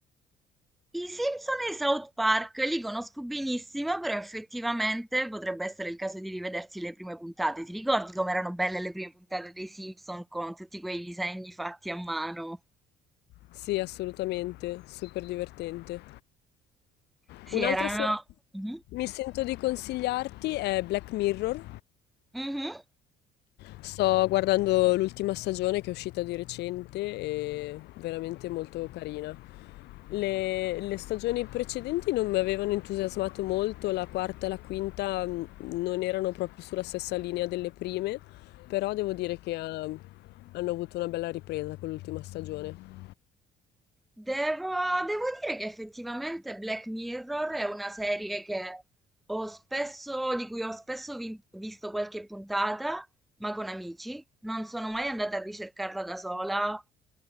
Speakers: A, in the centre; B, on the left.
A: I Simpson e i South Park li conosco benissimo, però effettivamente potrebbe essere il caso di rivedersi le prime puntate. Ti ricordi com'erano belle le prime puntate dei Simpson con tutti quei disegni fatti a mano?
B: Sì, assolutamente, super divertente.
A: Sì,
B: Un'altra
A: erano...
B: serie che
A: Mhm,
B: mi sento di consigliarti è Black Mirror.
A: mhm.
B: Sto guardando l'ultima stagione che è uscita di recente e veramente molto carina. Le, le stagioni precedenti non mi avevano entusiasmato molto, la quarta e la quinta mh, non erano proprio sulla stessa linea delle prime, però devo dire che ha- hanno avuto una bella ripresa con l'ultima stagione.
A: Devo, devo dire che effettivamente Black Mirror è una serie che ho spesso, di cui ho spesso vi- visto qualche puntata, ma con amici. Non sono mai andata a ricercarla da sola